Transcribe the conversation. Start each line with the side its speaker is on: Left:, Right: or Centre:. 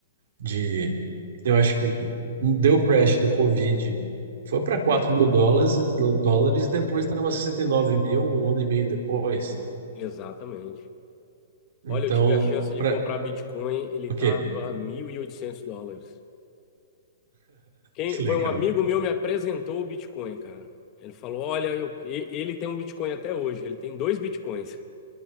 Right: de eu acho que deu o crash do Covid, foi para 4 mil dólares, dólares e depois estava sessenta e nove mil um ano e meio depois.
Left: exatamente.
Right: Então,
Left: Olha, eu tive a chance de
Right: para
Left: comprar Bitcoin, ele
Right: o
Left: tava
Right: quê?
Left: 1.800 dólares. Quem,
Right: Que legal.
Left: foi um amigo
Right: <laughs>
Left: meu me apresentou o Bitcoin, cara. Ele falou: "Olha, eu- e- ele tem um Bitcoin até hoje, ele tem dois Bitcoins